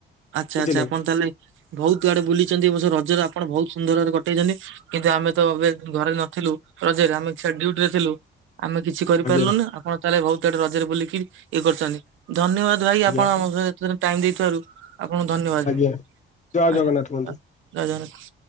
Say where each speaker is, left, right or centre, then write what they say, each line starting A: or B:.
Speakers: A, on the right (about 80°); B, on the left (about 35°).
A: ଆଚ୍ଛା
B: ବୁଝିଲେ।
A: ଆଚ୍ଛା ଆପଣ ତାହେଲେ ବହୁତ୍ ଆଡେ ବୁଲିଛନ୍ତି ଏ ବର୍ଷ ରଜରେ ଆପଣ ବହୁତ ସୁନ୍ଦର ଭାବରେ କଟେଇଛନ୍ତି। କିନ୍ତୁ
B: ଆଜ୍ଞା
A: ଆମେ ତ ଏବେ ଘରେ ନଥିଲୁ ରଜରେ। ଆମେ ଡୁଟି ରେ ଥିଲୁ। ଆମେ କିଛି କରିପାରିଲୁନି
B: ଆଜ୍ଞା
A: ନା ଆଉ ଆପଣ ତାହେଲେ ବହୁତ ଆଡେ ରଜରେ ବୁଲିକି ଇଏ କରିଛନ୍ତି। ଧନ୍ୟବାଦ ଭାଇ ଆପଣ
B: ଆଜ୍ଞା
A: ଆମ ସହ ଏତେ ଟାଇମ ଦେଇଥିବାରୁ। ଆପଣଙ୍କୁ ଧନ୍ୟବାଦ।
B: ଆଜ୍ଞା ଜୟ ଜଗନ୍ନାଥ
A: ଆଜ୍ଞା।
B: ବନ୍ଧୁ।
A: ଆ ଜୟ ଜଗନ୍ନାଥ।